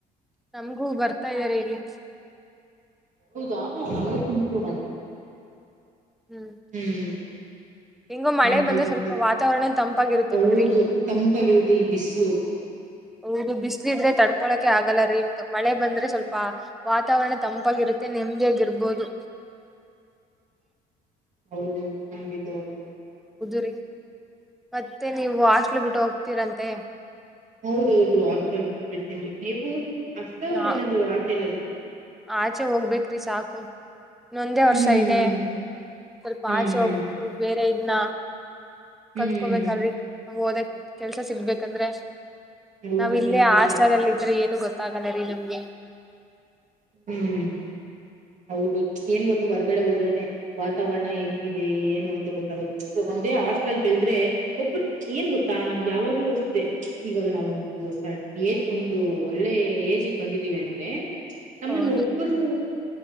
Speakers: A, in the centre; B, on the right.
A: ನಮ್ಗೂ ಬರ್ತಾ ಇದ್ದಾರೆ ಇಲ್ಲಿ
B: ಊದಾ ನಮ್ಮಗೆ ತುಂಪರು ಮಾಡಿ
A: ಹ್ಮ್
B: ಹ್ಮ್
A: ಹೆಂಗೋ ಮಳೆ
B: ನರಿ
A: ಬಂದ್ರೆ
B: ಮತ್ತೆ
A: ಸ್ವಲ್ಪ ವಾತಾವರಣ ತಂಪಾಗಿರುತ್ತೆ
B: ಹೌದು
A: ಬಿಡ್ರಿ
B: ತಂಪಾಗಿರುತ್ತೆ ಈ ಬಿಸಿಲು
A: ಹೌದು ಬಿಸ್ಲ ಇದ್ರೆ ತಡ್ಕೊಳಕೆ ಆಗಲ್ಲ ರೀ ಇಂತ ಮಳೆ ಬಂದ್ರೆ ಸ್ವಲ್ಪ ವಾತಾವರಣ ತಂಪಾಗಿರುತ್ತೆ ನೆಮ್ಮದಿಯಾಗಿರ್ಬೋದು
B: ಹೌದೌದು ಖಂಡಿತ ಹದು
A: ಹ್ಮ್ ಮತ್ತೆ ನೀವು ಹಾಸ್ಟ್ಲ್ ಬಿಟ್ಟು ಹೋಗ್ತೀರಂತೆ
B: ಹೌದೌದು ಆಾಸ್ಟಲ್ ಬಿಟ್ಟ ಬಿಡ್ತನ್ಿ ನೀವು ಅಷ್ಟ
A: ನಾ
B: ಏನಾದ ಆಚೆ ಇಲ್ಲದು
A: ಆಚೆ ಹೋಗ್ಬೇಕೇ್ರಿ ಸಾಕು ಇನ್ನೊಂದೇ ವರ್ಷ
B: ಹ್ಮ್
A: ಇದೆ ಸ್ವಲ್ಪ
B: ಹ್ಮ್
A: ಆಚೆ ಹೋಗ್ಬಿಟ್ಟು ಬೇರೆ ಇದ್ನ
B: ಹ್ಮ್
A: ಕಲ್ತ್ಕೊಬೇಕಲ್ಿ ಹ ಹೋದಕ್ ಕೆಲ್ಸ ಸಿಗ್ಬೇಕಂದ್ರೆ
B: ಹ್ಮ್ ಹೌದು
A: ನಾವ್ ಇಲ್ಲೇ
B: ಖಂಡಿತ
A: ಆಶ್ರದಲ್ಲಿ ಇದ್ರೆ ಏನು ಗೊತ್ತಾಗಲ್ಲ ರೀ ನಿಮ್ಗೆ
B: ಹ್ಮ್ ಹೌದು ಏನ್ ಗೊತ್ತ ಹೊರಗಡೆ ಹೋದ್ರನೆ ವಾತಾವರಣ ಹೆಂಗಿದೆ ಏನು ಅಂತ ಗೊತ್ತಾಗುತ್ತೆ ಒಂದೇ ಹಾಸ್ಟೆಲ್ ಬೆಳದ್ರೆ ಒಬ್ರ ಏನ್ ಗೊತ್ತಾ ನಮ್ಗೆ ಯಾವಾಗ್ಲೂ ಅಷ್ಟೆ ಇವಾಗ ನಾವೊಂದು. ಸರ್ ಏದ ಒಂದು. ಒಳ್ಳೆ ಏಜಿಗೆ ಬಂದಿದ್ದಿವವಿ ಅಂದ್ರೆ. ನಮ್ಮನ್
A: ಹೌದು
B: ಒಬ್ಬರು.